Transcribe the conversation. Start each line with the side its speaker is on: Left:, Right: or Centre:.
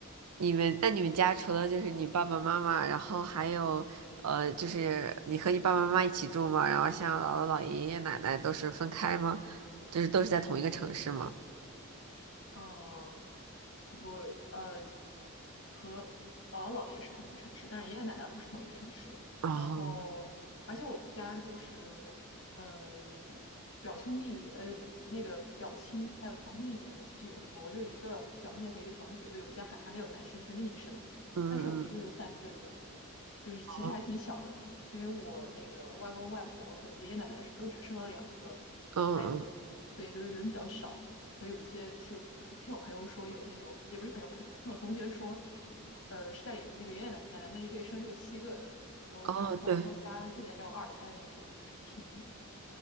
Right: 你们那你们家除了就是你爸爸妈妈，然后还有呃，就是你和你爸爸妈妈一起住吗？然后像姥姥、姥爷、爷爷奶奶都是分开吗？就是都是在同一个城市吗？
Left: 嗯，不过呃，和姥姥姥爷是同一个城市，但是爷爷奶奶不是同一个城市。
Right: 哦，
Left: 然后，而且我们家就是，呃，表兄弟，呃，那个表亲，还有堂兄弟姐妹其实也不多，我就一个表妹和一个堂姐。对，我们家还还没有男生，全是女生。
Right: 嗯嗯
Left: 但是我们一共就三个人，就是其实还挺小的，
Right: 嗯
Left: 因为我那个外公外婆和爷爷奶奶都只生了两个孩子，
Right: 嗯
Left: 所以就是人比较少。和有一些就是我朋听我朋友说有那种也不是朋友朋听我同学说，呃是在那个爷爷奶奶奶那一辈生六七个的，然后然后他们家自己还有二胎的那种，
Right: 嗯，哦，对，
Left: 就是挺